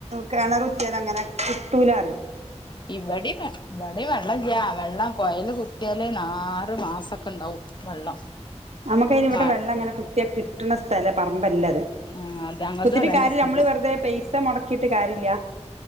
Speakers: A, on the right (about 70°); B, on the left (about 40°).
A: കിണറുത്തിയാല് അങ്ങനെ കിട്ടൂലറിയും
B: ഇവടിം ഇവടിം വെള്ളല്ലാ വെള്ളം കൊയല് കു കുത്യാലേ ന ആറ് മാസക്കെ ണ്ടാവും വെള്ളം
A: നമുക്കയ്ന് ഇവിടെ
B: മ
A: വെള്ളം ഇങ്ങനെ കുത്തിയാ കിട്ട്ണ സ്ഥല പറമ്പല്ല
B: ആഹ് അത് ഞങ്ങൾതും
A: കുത്തിട്ട്
B: അതന്നെ
A: കാര്യല്ല
B: സ്ഥിതി
A: നമ്മള് വെറുതെ പൈസ മുടക്കിട്ട് കാര്യല്ല